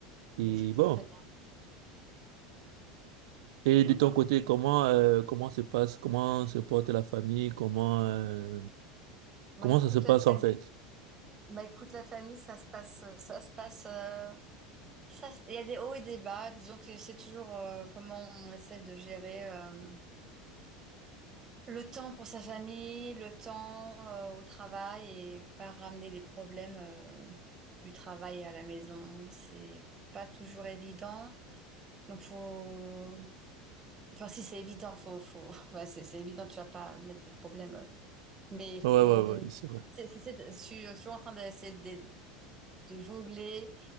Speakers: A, on the right; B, on the right.
A: Et
B: Bah, je faisais
A: bon,
B: très
A: et
B: bien.
A: de ton côté,
B: <laughs>
A: comment, euh, comment se passe, comment se porte la famille, comment, euh,
B: Bah
A: comment
B: écoute
A: ça se passe
B: la famille,
A: en fait?
B: bah écoute la famille, ça se passe, ça se passe, euh, ça se- il y a des hauts et des bas. Disons que c'est toujours euh, comment on essaie de gérer euh, le temps pour sa famille, le temps euh, au travail et pas ramener les problèmes euh, du travail à la maison. C'est pas toujours évident, donc faut Enfin, si c'est évident, faut, faut, <laughs> bah, c'est c'est évident, tu vas pas mettre des problèmes. Mais
A: Ouais, ouais,
B: faut,
A: ouais,
B: hum,
A: oui, c'est vrai.
B: c'est, c'est, c'est- je suis je en train d'essayer de, de jongler,